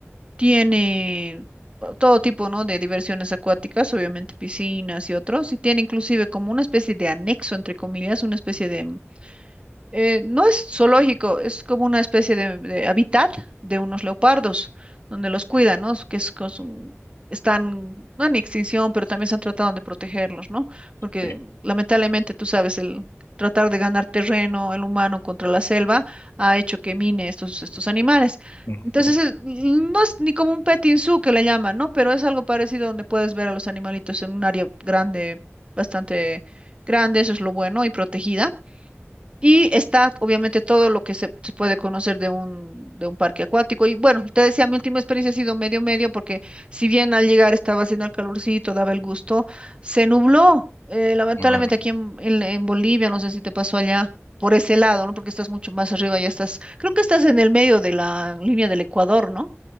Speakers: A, on the right; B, on the left.
A: tiene ah, todo tipo, ¿no? de diversiones acuáticas, obviamente piscinas y otros, y tiene inclusive como una especie de anexo, entre comillas, una especie de eh, no es zoológico, es como una especie de, de hábitat de unos leopardos, donde los cuidan, ¿no? Que es, cos- un- están, no en extinción, pero también se han tratado de protegerlos, ¿no? Porque
B: Sí,
A: lamentablemente, tú sabes, el tratar de ganar terreno, el humano contra la selva, ha hecho que mine estos, estos animales.
B: Ujú.
A: Entonces, es- no es ni como un petting zoo que le llaman, ¿no? Pero es algo parecido donde puedes ver a los animalitos en un área grande, bastante grande, eso es lo bueno, y protegida. Y está obviamente todo lo que se, se puede conocer de un, de un parque acuático. Y bueno, te decía, mi última experiencia ha sido medio medio porque si bien al llegar estaba haciendo el calorcito, daba el gusto, se nubló. Eh, lamentablemente
B: Ujú.
A: aquí en, en- en Bolivia, no sé si te pasó allá por ese lado, ¿no? Porque estás mucho más arriba, ya estás, creo que estás en el medio de la línea del Ecuador, ¿no?